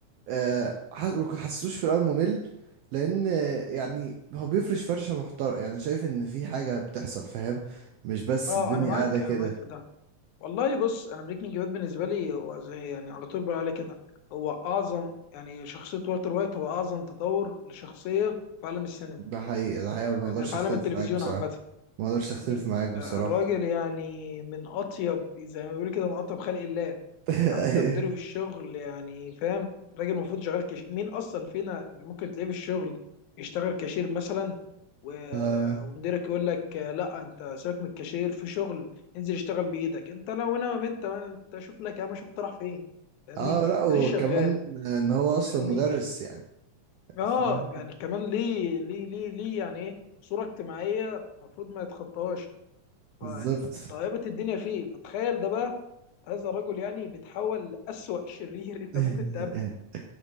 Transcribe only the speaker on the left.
اه
أنا معاك
أنا معاك في ده والله بص أنا بريكنج باد بالنسبة لي هو زي يعني على طول بقول عليه كده هو أعظم يعني شخصية والتر وايت هو أعظم تطور لشخصية في عالم السينما
يعني
في
عالم التلفزيون
عامة
فاهمني
آه، الراجل يعني من اطيب زي ما بيقولوا كده من اطيب خلق الله
حتى
مديره في الشغل يعني فاهم راجل المفروض شغال كاشير مين اصلا فينا اللي ممكن تلاقيه في الشغل يشتغل كاشير مثلا و-
ومديرك يقول لك آه، لا انت سيبك من الكاشير في شغل انزل اشتغل بايدك انت لو هنا ما انت انت شوف لك يا عم شوف انت رايح فين فاهمني
مانيش شغال
فاهمني
اه
يعني كمان ليه ليه ليه ليه يعني ايه صورة اجتماعية المفروض ما يتخطاهاش فيعني
طيبت الدنيا فيه فتخيل ده بقى هذا الرجل يعني بيتحول لأسوأ شرير <laughs> انت
ممكن تقابله